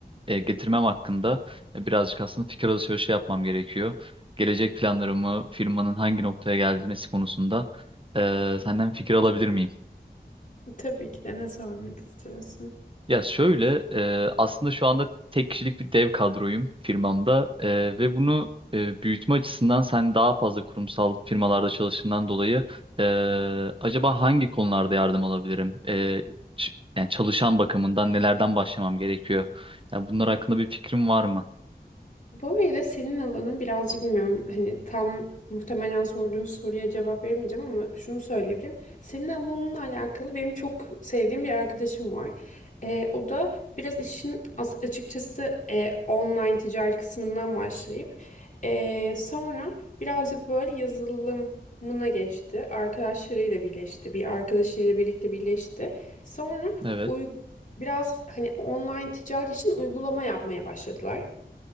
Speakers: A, on the right; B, on the left.
A: e, getirmem hakkında e, birazcık aslında fikir alışverişi yapmam gerekiyor. Gelecek planlarımı firmanın hangi noktaya gelmesi konusunda eee, senden fikir alabilir miyim?
B: Tabii ki de ne sormak istiyorsun?
A: Ya şöyle e, aslında şu anda tek kişilik bir dev kadroyum firmamda E, ve bunu e, büyütme açısından sen daha fazla kurumsal firmalarda çalıştığından dolayı e, acaba hangi konularda yardım alabilirim? E, ç- yani çalışan bakımından nelerden başlamam gerekiyor? Ya bunlar hakkında bir fikrim var mı?
B: Böyle senin alanın birazcık bilmiyorum hani tam muhtemelen sorduğun soruya cevap veremeyeceğim ama şunu söyleyebilirim. Senin alanınla alakalı benim çok sevdiğim bir arkadaşım var. Ee, o da biraz işin as- açıkçası e, online ticaret kısmından başlayıp e, sonra birazcık böyle yazılımına geçti. Arkadaşlarıyla birleşti. Bir arkadaşıyla birlikte birleşti. Sonra
A: Evet,
B: uy- biraz hani online ticaret için uygulama yapmaya başladılar